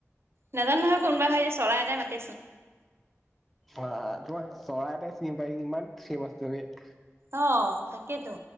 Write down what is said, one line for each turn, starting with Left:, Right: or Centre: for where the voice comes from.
Right: নাজানো নহয় কোনোবা হয় যে চৰাই এটাই মা <inaudible>
Centre: <unintelligible> তোমাক চৰাই এটাই চিনি পায় কিমান <unintelligible>
Right: অ তাকেইতো